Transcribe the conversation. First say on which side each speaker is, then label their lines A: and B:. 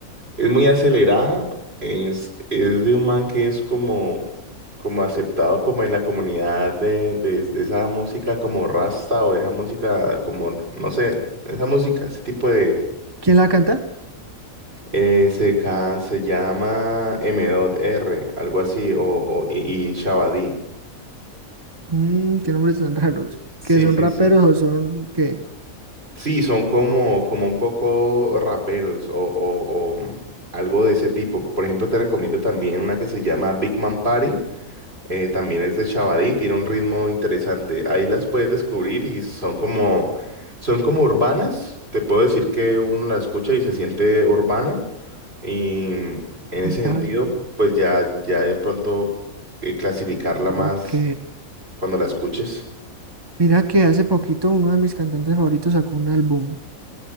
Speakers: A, on the right (about 45°); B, on the right (about 20°).
A: es muy acelerada, es, es de un man que es como, como aceptado como en la comunidad de, de, de esa música como rasta o de esa música como, no sé, esa música, ese tipo de
B: ¿Quién la canta?
A: Eh, se, ca- se llama M.R, algo así, o, o- y, y Shabadí.
B: Mm, qué nombres tan raros.
A: Sí,
B: ¿Que son
A: sí,
B: raperos
A: sí.
B: o son qué?
A: Sí, son como, como un poco raperos o, o- o, mm, algo de ese tipo. Por ejemplo, te recomiendo también una que se llama Big Man Party. eh, también es de Shabadí, tiene un ritmo interesante. Ahí las puedes descubrir y son como, son como urbanas. Te puedo decir que uno la escucha y se siente urbana. Y en ese
B: Un party.
A: sentido, pues ya, ya de pronto eh, clasificarla más
B: Ok.
A: cuando la escuches.
B: Mira que hace poquito uno de mis cantantes favoritos sacó un álbum.